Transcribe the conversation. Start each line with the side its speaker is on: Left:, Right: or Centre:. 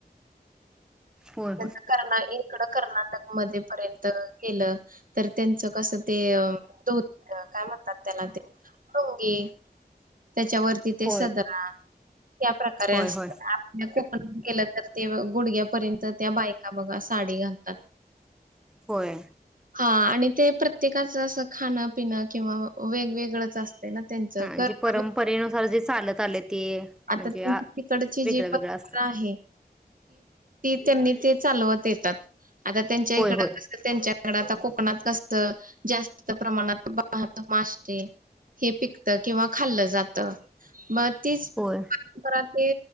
Centre: होय
Right: न कर्ना इकडं कर्नाटक मध्ये र्यंत केलं तर त्यांच कस तेत. काय म्हणतात तेला तेंगी त्याच्या वरती ते
Centre: होय
Right: सधरा. त्या प्रकारे
Centre: होय
Right: असतात
Centre: होय होय
Right: आप कोकण गे तर ते गुडग्यापर्यंत त्या बायका बघा साडी घालतात.
Centre: होय.
Right: हा आणि ते प्रत्येकाच असं खाणं पिणं किंवा वेगवेगळंच असते ना त्यां च
Centre: हा
Right: का
Centre: जे
Right: <inaudible>
Centre: परंपरेनुसार जे चालत आले ते
Right: आता
Centre: म्हणजे
Right: त्यांची तिकडची
Centre: वेगळं
Right: जी
Centre: वेगळं
Right: परंपरा
Centre: असत.
Right: आहे त्यांनी ते चालवत येतात आ त्यांच्या इक
Centre: होय होय
Right: आता कोकणात कस जास्त प्रमाणात पाहत माशे हे पिकत किंवा खाल्लं जात मग तीच
Centre: होय
Right: परंपरा ते